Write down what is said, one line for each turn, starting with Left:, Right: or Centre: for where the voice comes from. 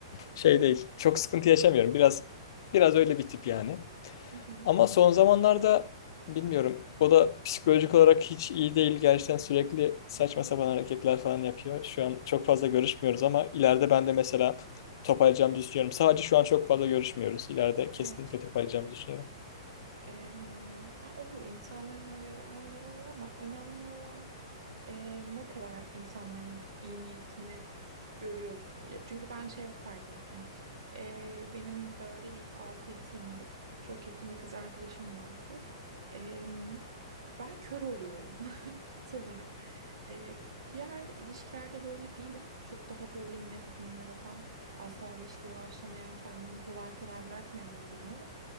Left: şey değil. Çok sıkıntı yaşamıyorum. Biraz biraz öyle bir tip yani.
Right: Hı hı.
Left: Ama son zamanlarda bilmiyorum. O da psikolojik olarak hiç iyi değil. Gerçekten sürekli saçma sapan hareketler falan yapıyor. Şu an çok fazla görüşmüyoruz ama ileride ben de mesela toparlayacağımı düşünüyorum. Sadece şu an çok fazla görüşmüyoruz. İleride kesinlikle
Right: Evet.
Left: toparlayacağımı düşünüyorum.
Right: Eee, olur insanların öyle dönemleri olur ama önemli olan eee, ne kadar insanların iyi niyetini görüyorsun. Ya çünkü ben şey fark ettim. Eee, benim böyle bir altı yedi senelik çok yakın bir kız arkadaşım vardı. Eee, ben kör oluyorum <laughs> sanırım. Eee, bir yerde ilişkilerde böyle değilim. Çok daha böyle net adımlar atan, asla ilişkiye başlamayan, kendimi kolay kolay bırakmayan biriyim ama